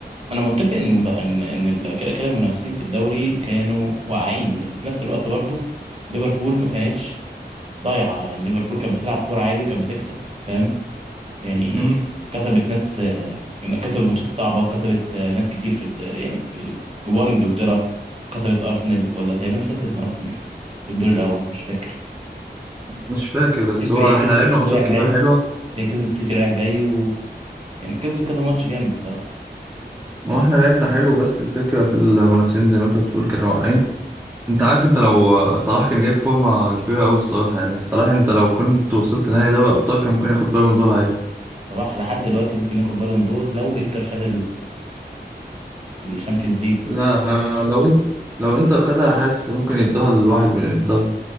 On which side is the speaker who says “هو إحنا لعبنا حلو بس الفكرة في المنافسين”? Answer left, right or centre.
Right